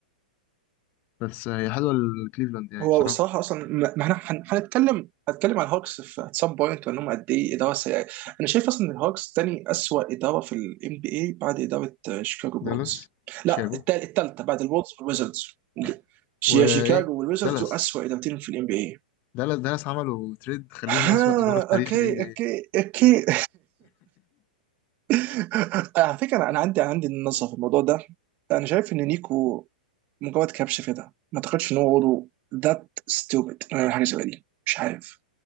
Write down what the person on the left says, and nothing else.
بس آه، هي حلوه لكليفلاند يعني
صراحه
دالاس
شيكاغو
آه،
وايه
دالاس
دالاس دالاس عملوا تريد خليهم
اسوأ اداره في تاريخ
الان بي
اي